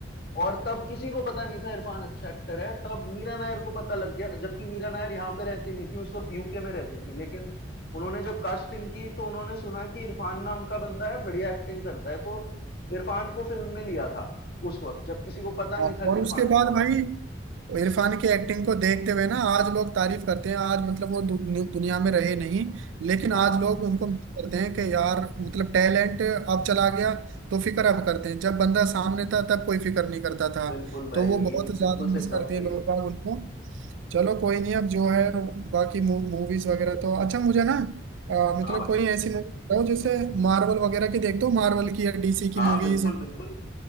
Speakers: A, on the left; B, on the right.
A: और तब किसी को पता नहीं था इरफान अच्छा एक्टर है तब मीरा नायर को पता लग गया जबकि मीरा नायर यहाँ पे रहती नहीं थी उस वक्त यूके में रहती थी लेकिन उन्होंने जब कास्टिंग की तो उन्होंने सुना कि इरफान नाम का बंदा है बढ़िया एक्टिंग करता है तो इरफान को फिल्म में लिया था उस वक्त जब किसी को पता
B: हाँ,
A: नहीं था
B: और
A: कि इरफान
B: उसके बाद
A: कौन
B: भाई इरफान की एक्टिंग को देखते हुए ना आज लोग तारीफ करते हैं आज मतलब वो दु- दुनिया में रहे नहीं लेकिन
A: है।
B: आज
A: हाँ
B: लोग उनको मिस करते हैं कि यार मतलब टैलेंट अब चला गया तो फिक्र अब करते हैं जब बंदा सामने था तब कोई फिक्र नहीं करता था
A: बिल्कुल भाई
B: तो वो
A: ये
B: बहुत ज्यादा
A: बिल्कुल
B: मिस
A: सही
B: करते
A: बात
B: हैं
A: कही
B: लोग बाग उनको चलो कोई नहीं अब जो है बाकी मूवीज वगैरह तो अच्छा मुझे ना अ, मतलब
A: हाँ भाई
B: कोई ऐसी मूवी बताओ जैसे मार्वल वगैरह की देखते हो मार्वल की या डीसी की
A: हाँ
B: मूवीज
A: बिल्कुल बिल्कुल